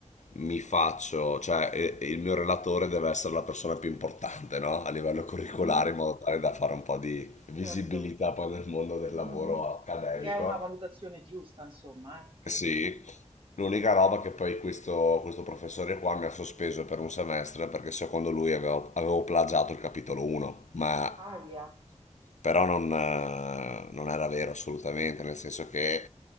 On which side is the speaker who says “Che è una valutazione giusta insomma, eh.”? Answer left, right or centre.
Right